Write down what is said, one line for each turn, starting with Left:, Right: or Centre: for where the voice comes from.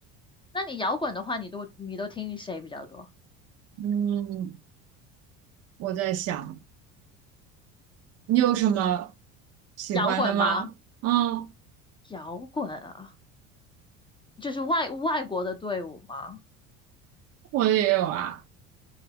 Left: 那你摇滚的话，你都你都听谁比较多？
Right: 嗯，我在想，你有什么喜欢的吗？
Left: 摇滚吗？
Right: 嗯，
Left: 摇滚啊，就是外外国的队伍吗？
Right: 我的也有啊，